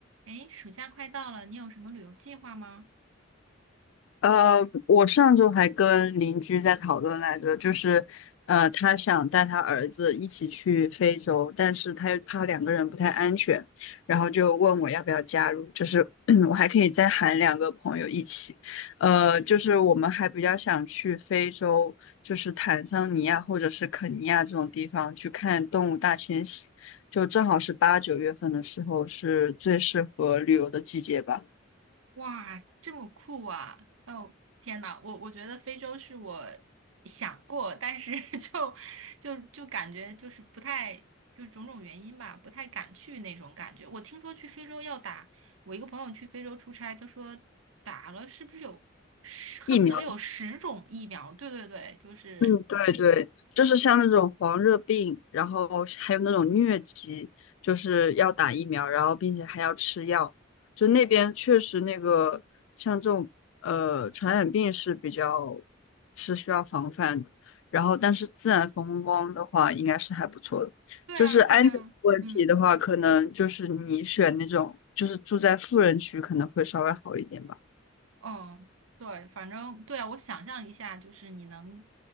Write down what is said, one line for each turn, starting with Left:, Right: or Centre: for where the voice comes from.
Right: 诶，暑假快到了，你有什么旅游计划吗？
Left: 呃，我上周还跟邻居在讨论来着，就是呃，他想带他儿子一起去非洲，但是他又怕两个人不太安全，然后就问我要不要加入，就是 <clears throat> 我还可以再喊两个朋友一起，呃，就是我们还比较想去非洲，就是坦桑尼亚或者是肯尼亚这种地方去看动物大迁徙，就正好是八九月份的时候，是最适合旅游的季节吧。
Right: 哇，这么酷啊！哦，天呐，我我觉得非洲是我想过，但是 <laughs> 就就就感觉就是不太，就是种种原因吧，不太敢去那种感觉。我听说去非洲要打，我一个朋友去非洲出差，他说打了是不是有十，恨不得有十种疫苗？
Left: 疫苗。
Right: 对对对，就是
Left: 嗯，对对，就是像那种黄热病，然后还有那种疟疾，就是要打疫苗，然后并且还要吃药。就那边确实那个像这种呃传染病是比较是需要防范的。然后，但是自然风光的话，应该是还不错的。
Right: <laughs>，对啊，
Left: 就是安全问题的话，
Right: 对啊，嗯。
Left: 可能就是你选那种就是住在富人区可能会稍微好一点吧。
Right: 嗯，对，反正对啊，我想象一下，就是你能，